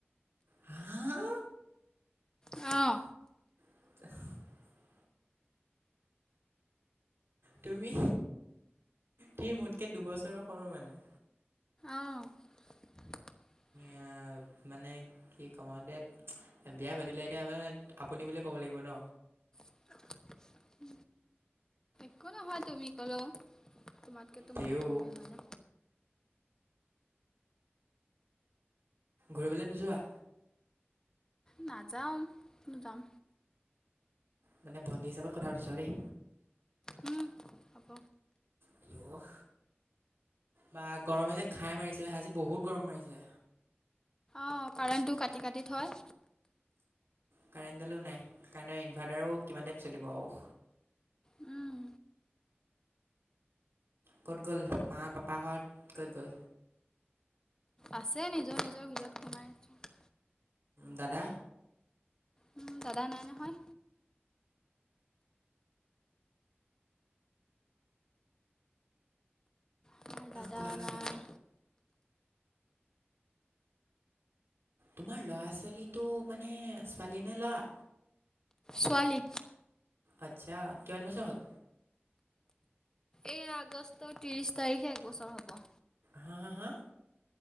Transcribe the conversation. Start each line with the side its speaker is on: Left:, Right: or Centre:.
Right: হা
Left: অঁ
Right: <inaudible> তুমি তুমি মোতকে দুবছৰৰ সৰু মানে
Left: অঁ। <inaudible>
Right: এ মানে কি কম আৰু দে বিয়া পাতিলে এতিয়া মানে আপুনি বুলিয়ে ক'ব লাগিব ন
Left: <inaudible> একো নহয় তুমি ক'লেও তোমাতকেটো
Right: তেও
Left: মই সৰুৱে হয় ন
Right: ঘূৰিবলৈ নোযোৱা?
Left: নাযাওঁ কো <unintelligible> যাম
Right: মানে ভণ্টি হিচাপত কথা পাতিছো আৰু দেই।
Left: উম। হ'ব
Right: কি হ'ব? বা গৰমে যে খাই মাৰিছে, আজি বহুত গৰম মাৰিছে।
Left: অ', কাৰেণ্টটো কাটি কাটি থয়।
Right: কাৰেণ্টডালো নাই কাৰনে ইনভাৰ্টাৰো কিমান টাইম চলিব আৰু
Left: উম
Right: কত গ'ল মা পাপা হত কত গল
Left: আছে নিজৰ নিজৰ ভিতৰত সোমাই আছে
Right: দাদা
Left: উম দাদা নাই নহয় আমাৰ দাদা
Right: কোৱা
Left: নাই
Right: কিবা তোমাৰ ল'ৰা ছোৱালীটো মানে ছোৱালী নে লৰা
Left: ছোৱালী
Right: আচ্ছা, কিমান বছৰ হ'ল?
Left: এই আগষ্টৰ ত্ৰিশ তাৰিখে একবছৰ হ'ব।
Right: হা হা হা।